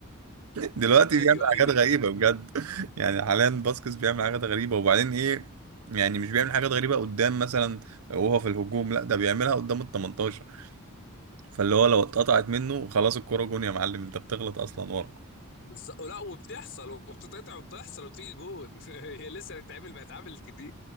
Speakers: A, on the right (about 85°); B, on the left (about 60°).
A: دلوقتي
B: ايوه
A: بيعمل
B: ايوه
A: حاجات غريبة بجد <laughs> يعني حاليا باسكس بيعمل حاجات غريبة وبعدين ايه يعني مش بيعمل حاجات غريبة قدام مثلا وهو في الهجوم لا ده بيعملها قدام ال 18 فاللي هو لو اتقطعت منه خلاص الكرة جون يا معلم انت بتغلط اصلا ورا
B: بالظبط لا وبتحصل وبتتقطع وبتحصل وبتيجي جون <laughs> هي لسه هتتعمل ما هتتعمل كتير